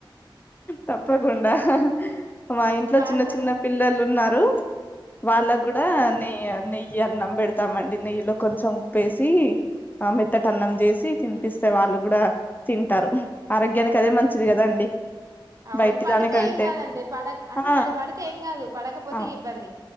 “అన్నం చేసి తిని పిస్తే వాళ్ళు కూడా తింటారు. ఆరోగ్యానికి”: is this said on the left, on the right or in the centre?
Left